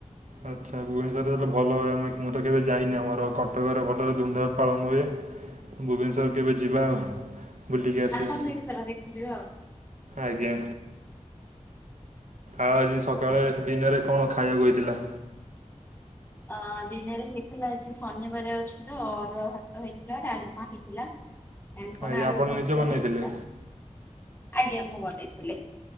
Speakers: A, on the right; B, on the left.
A: ଆଚ୍ଛା ଭୁବନେଶ୍ୱରରେ ତାଲେ ଭଲ ଏ ଆମେ ମୁଁ ତ କେବେ ଯାଇନି ଆମର କଟକରେ ଭଲରେ ଧୁମଧାମ ପାଳନ ହୁଏ। ଭୁବନେଶ୍ୱର କେବେ ଯିବା ଆଉ। ବୁଲିକି ଆସିବା
B: ଆସନ୍ତୁ ଏଇଥର ଦେଖିଯିବେ ଆଉ।
A: ଆଜ୍ଞା। ଆଉ ଆଜି ସକାଳେ
B: ଆଜ୍ଞା।
A: ଦିନରେ କଣ ଖାଇବାକୁ ହୋଇଥିଲା?
B: ଆ ଦିନେରେ ହେଇଥିଲା ଆଜି ଶନିବାର ଅଛି ତ ଅରୁଆ ଭାତ ହେଇଥିଲା, ଡାଲମା ହେଇଥିଲା। କାଙ୍କଡ
A: ଆଜ୍ଞା
B: ଆଳୁ
A: ଆପଣ
B: ଭଜା
A: ନିଜେ ବନେଇଥିଲେ
B: ହେଇଥିଲା, ଆଜ୍ଞା ମୁଁ ବନେଇ ଥିଲି।